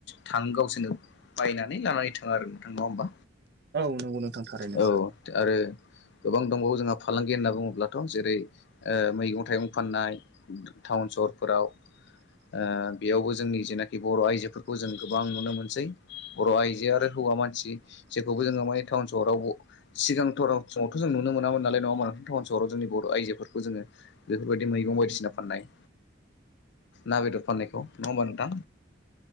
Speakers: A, on the left; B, on the right.
A: थां गावसोरनो बायनानै लानानै थाङो आरो नोंथां नङा होमबा।
B: औ नंगौ नोंथां थारैनो
A: औ आरो गोबां दंबावो जोंहा फालांगि होनना बुङोब्लाथ' जेरै मैगं थाइगं फाननाय। टाउन सहरफोराव। ओ बेयावबो जोंनि जेनाखि बर' आइजोफोरखौ जों गोबां नुनो मोनसै बर' आइजोआ आरो हौवा मानसि जेखौबो जोङो माने टाउन सहराव सिगां थरावथ समाव जों नुनो मोनामोन नालाय नङा होम्बा नों टाउन सहराव जोंनि बर' आइजोफोरखौ जोङो बेफोरबायदि मैगं बायदिसिना फाननाय। ना बेदर फाननायखौ नङा होमबा नोंथां।